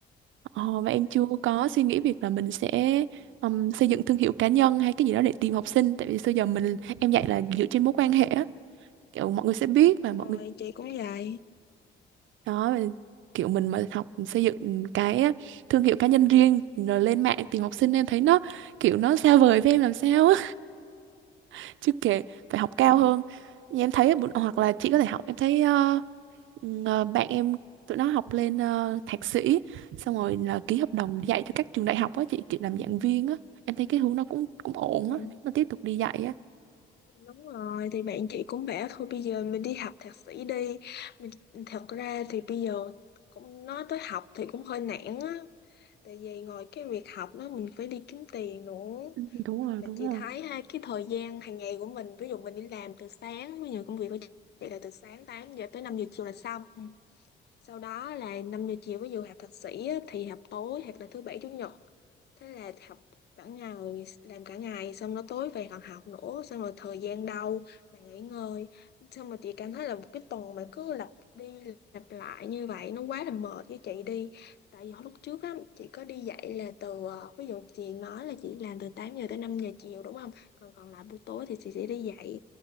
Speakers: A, on the right; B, on the left.
A: ờ, và em chưa
B: Ừ.
A: có suy nghĩ việc là mình sẽ ừm, xây dựng thương hiệu cá nhân hay cái gì đó để tìm học sinh tại vì xưa giờ mình em dạy là dựa trên mối quan hệ á kiểu mọi người sẽ biết và mọi
B: rồi
A: người
B: chị cũng vậy
A: đó và kiểu mình mà học xây dựng cái á, thương hiệu cá nhân riêng rồi lên mạng tìm học sinh em thấy nó kiểu nó xa vời với em làm sao á <laughs> chứ kể phải học
B: ừ.
A: cao hơn Như em thấy bọn- hoặc là chị có thể học em thấy ờ, ờ, bạn em tụi nó học lên ờ, thạc sĩ xong rồi là ký hợp đồng dạy cho các trường đại học á chị kiểu làm giảng viên á em thấy cái hướng nó cũng cũng ổn
B: Ừ.
A: á nếu mà tiếp tục đi dạy á
B: đúng rồi thì bạn chị cũng bảo thôi bây giờ mình đi học thạc sĩ đi mình thật ra thì bây giờ cũng nói tới học thì cũng hơi nản á tại vì ngoài cái việc học đó mình phải đi kiếm tiền nữa
A: ừ, đúng rồi
B: mà
A: đúng
B: chị
A: rồi
B: thấy ha cái thời gian hàng ngày của mình ví dụ mình đi làm từ sáng ví dụ công việc của chị là từ sáng 8 giờ tới 5 giờ chiều là xong sau đó là 5 giờ chiều ví dụ học thạc sĩ á, thì học tối hoặc là thứ bảy chủ nhật thế là học cả ngày làm cả ngày xong nó tối về còn học nữa xong rồi thời gian đâu mà nghỉ ngơi xong rồi chị cảm thấy là một cái tuần mà cứ lặp đi lặp lại như vậy nó quá là mệt với chị đi tại vì hồi lúc trước á chị có đi dạy là từ ờ, ví dụ chị nói là chị làm từ 8 giờ tới 5 giờ chiều đúng không còn còn lại buổi tối thì chị sẽ đi dạy